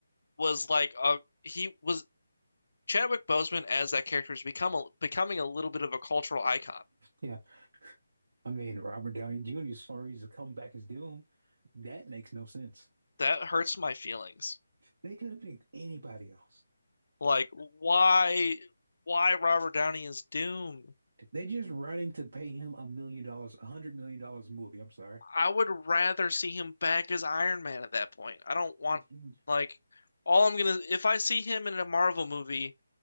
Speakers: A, on the left; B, on the right.
A: was like a he was Chadwick Boseman as that character has become a, becoming a little bit of a cultural icon.
B: yeah. I mean, Robert Downey Jr. as far as to come back as Doom, that makes no sense.
A: That hurts my feelings.
B: They could have picked anybody else.
A: Like why why Robert Downey is Doom?
B: They just running to pay him a million dollars, a hundred million dollars a movie. I'm sorry.
A: I would rather see him back as Iron Man at that point. I don't
B: <laughs>
A: want like all I'm gonna if I see him in a Marvel movie,